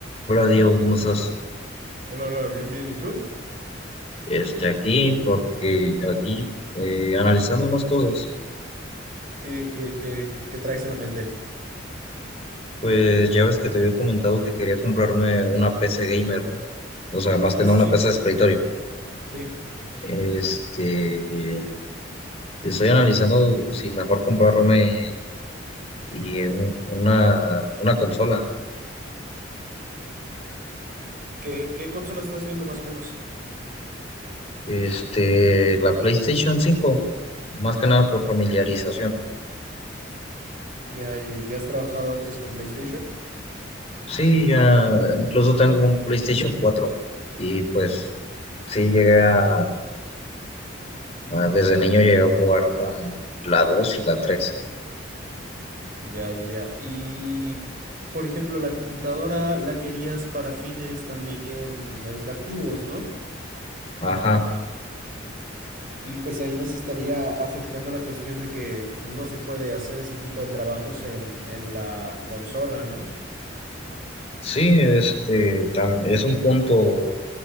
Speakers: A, on the left; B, on the right.
A: Hola Diego, ¿cómo estás?
B: Hola, hola, bien, bien. ¿Y tú?
A: Este, aquí, porque aquí eh, analizando unas cosas,
B: ¿Qué, qué, qué, qué traes en la mente?
A: pues ya ves que te había comentado que quería comprarme una PC gamer, ¿no? O sea, más
B: Sí,
A: que nada
B: sí,
A: una
B: sí,
A: PC de escritorio.
B: sí.
A: Este, eh, estoy analizando si mejor comprarme y, eh, un- una, una consola,
B: ¿Qué, qué consola estás viendo más o menos?
A: este, la PlayStation cinco, más que nada por familiarización.
B: ¿Ya, ya has trabajado antes con PlayStation?
A: Sí, ya incluso tengo un PlayStation cuatro y pues sí llegué a Ah, desde niño llegué a jugar con la dos y la tres.
B: Ya, ya. ya. Y, por ejemplo, la computadora la querías para fines también educativos, ¿no?
A: Ajá.
B: Y pues ahí nos estaría afectando la cuestión de que pues no se puede hacer ese tipo de trabajos en, en la consola, ¿no?
A: Sí, este tam- es un punto